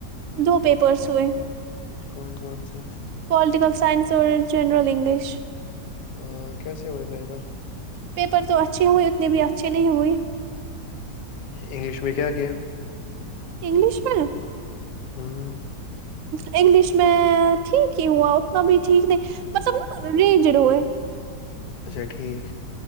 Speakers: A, on the right (about 60°); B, on the left (about 80°).
A: دو پیپرس ہوئے
B: کون کون سے
A: پولیٹیکل سائنس س جینرل انگلش
B: ہ کیسے ہوئے بہبر
A: پیپر تو اچھے ہوئے اتنے بھی اچھے نہیں ہوئے
B: انگلش میں کیا کیا
A: انگلش میں
B: ہاں
A: انگلش میں ٹھیک ہی ہوا اتنا بھی ٹھیک نہیں مطلب ن رینجڈ ہوئے
B: اچھا ٹھیک